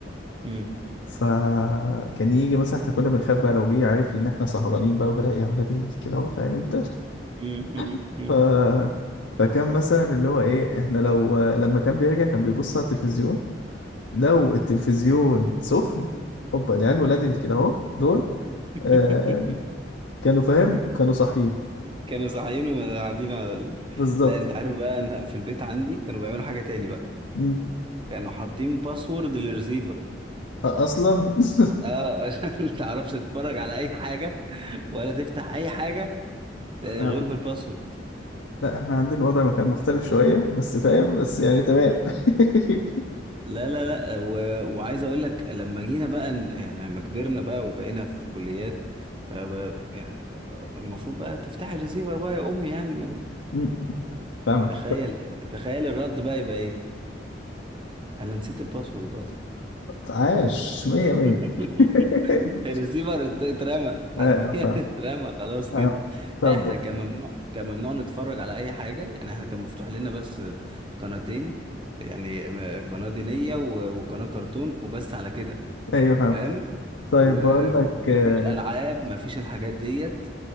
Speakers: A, on the right; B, on the left.
A: أمم.
B: فكان يجي مثلا احنا كنا بنخاف بقى لو جه عارف ان احنا سهرانين بقى وكده يا ولاد ال- كده اهو فاهم انت
A: أمم. أمم.
B: <laughs>
A: أمم.
B: ف... فكان مثلا اللي هو ايه احنا لو لما كان بيرجع كان بيبص على التلفزيون لو التلفزيون سخن اوبا العيال ولاد ال- كده اهو دول
A: <laughs>
B: آه كانوا فاهم كانوا صاحيين
A: كانوا صاحيين وقاعدين على ال...
B: بالظبط
A: لا انت عارف بقى انا في البيت عندي كانوا بيعملوا حاجه تاني بقى.
B: مم.
A: كانوا حاطين باسورد للريسيفر
B: أ- اصلا <laughs>
A: اه <laughs> عشان ما تعرفش تتفرج على اي حاجه ولا تفتح اي حاجه ده
B: فاهمك
A: غير بالباسورد
B: لا احنا عندنا الوضع ما كان مختلف شوية بس فاهم بس يعني تمام <laughs>
A: لا لا لا و... وعايز اقول لك لما جينا بقى ن- يعني لما كبرنا بقى وبقينا في كليات فبقى يعني المفروض بقى تفتح الريسيفر بقى يا امي يعني ما...
B: مم. فاهمك
A: تخيل تخيل الرد بقى يبقى ايه انا نسيت الباسورد اصلا
B: عاش مية
A: <laughs>
B: مية <laughs>
A: الريسيفر ات- اترمى حرفيا
B: ايوه فاهم
A: <laughs> اترمى خلاص كده
B: آه. طب
A: احنا كان ممنوع كان ممنوع نتفرج على اي حاجه يعني احنا كان مفتوح لنا بس قناتين يعني م- قناه دينيه و- وقناه كرتون وبس على كده
B: ايوه فاهم
A: فاهم
B: طيب
A: ومفيش
B: بقول لك آه،
A: العاب مفيش الحاجات ديت